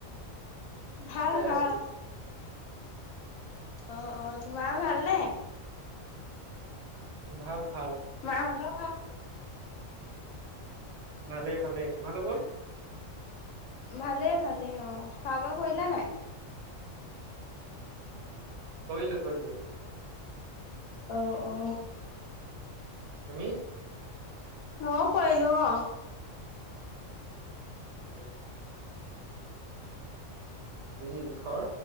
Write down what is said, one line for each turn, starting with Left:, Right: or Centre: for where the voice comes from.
Left: ভাল ভাল
Right: আছো
Left: অ অ তোমাৰ ভালনে
Right: উম ভাল। ভাল
Left: মাহঁতৰ? ভাল?
Right: ভালেই, ভালেই তোমলোকৰ
Left: ভালে, ভালে অ, খোৱা বোৱা কৰিলা নাই?
Right: কৰিলোঁ কৰিলোঁ।
Left: অ অ।
Right: তুমি?
Left: মই কৰিলোঁ অ
Right: অ বাকি ঘৰ